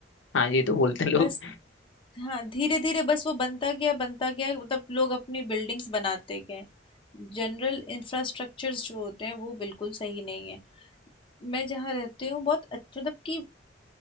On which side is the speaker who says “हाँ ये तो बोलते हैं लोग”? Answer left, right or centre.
Left